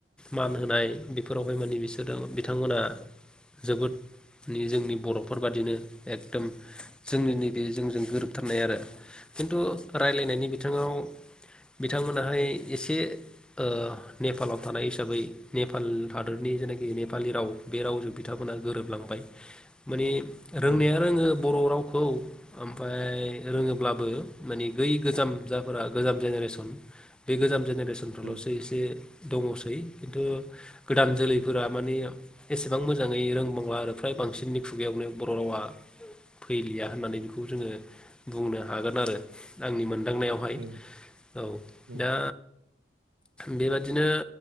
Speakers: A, in the centre; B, on the right.
A: मान होनाय बेफोरावहाय माने बिसोरो बिथांमोना जोबोद नि-जोंनि बर'फोरबादिनो एकदम जोंनि नै बे जोंजों गोरोबथारनाय आरो खिन्थु राज्लायनायनि बिथिङाव बिथांमोनाहाय एसे ओ नेपालाव थानाय हिसाबै नेपाल हादरनि जेनाखि नेपालि राव बे रावजों बिथांमोना गोरोबलांबाय माने
B: औ
A: रोंनाया रोङो बर' रावखौ ओमफ्राय रोङोब्लाबो माने बै गोजाम जायफोरा गोजाम जेनेरेसन बे गोजाम जायगा बेसनफ्राल'सो
B: औ
A: एसे दङसै खिन्थु गोदान जोलैफोरा माने एसेबां मोजाङै रोंबांला आरो फ्राय बांसिननि खुगायावनो बर' रावा फैलिया होननानै बेखौ जोङो बुंनो हागोन आरो आंनि मोन दांनायावहाय
B: औ
A: औ
B: ओं
A: दा बेबायदिनो